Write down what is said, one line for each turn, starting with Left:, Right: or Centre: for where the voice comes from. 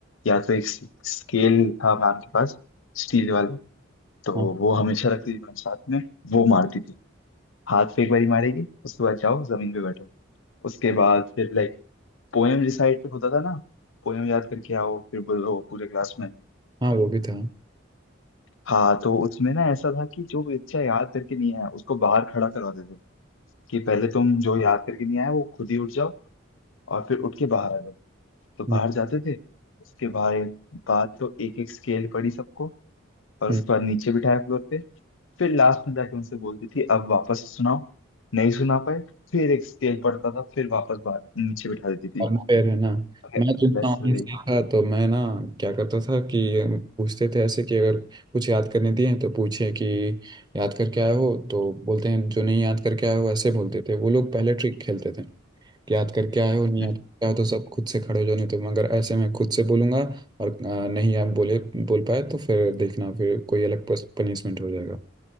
Left: या तो एक स्केल था मैम के पास स्टील वाला तो
Right: हाँ
Left: वो हमेशा रखती थी मैम साथ में वो मारती थी हाथ पे एक बारी मारेगी उसके बाद जाओ जमीन पे बैठो उसके बाद फिर लाइक पोएम रिसाइट होता था ना पोएम याद करके आओ फिर बोलो पूरे क्लास में
Right: हाँ वो भी था
Left: हाँ तो उसमें ना ऐसा था कि जो बच्चा याद करके नहीं आया उसको बाहर खड़ा करवाते थे कि पहले तुम जो याद करके नहीं आया वो खुद ही उठ जाओ और फिर उठ के बाहर आ जाओ तो
Right: मैं
Left: बाहर जाते थे उसके बाद बाद तो एक एक स्केल पड़ी सबको और उसके
Right: हम्म
Left: बाद नीचे बिठाया फ्लोर पे फिर लास्ट में जाके उनसे बोलती थी अब वापस से सुनाओ नहीं सुना पाए फिर एक स्केल पढ़ता था फिर वापस बाहर नीचे बिठा देती थी
Right: unfair है ना
Left: अरे
Right: मैं जितना
Left: अलेक्स
Right: honest
Left: भाई
Right: था तो मैं ना क्या करता था कि पूछते थे ऐसे कि अगर कुछ याद करने दिए तो पूछे कि याद करके आए हो तो बोलते हैं जो नहीं याद करके आए हो ऐसे बोलते थे वो लोग पहले ट्रिक खेलते थे कि याद करके आए हो नहीं
Left: हम्म,
Right: याद करके आए हो तो सब खुद से खड़े हो जाओ नहीं तो मगर ऐसे मैं खुद से बोलूंगा और अ, नहीं आप बोले बोल पाए तो फिर देखना फिर कोई अलग पनिशमेंट हो जाएगा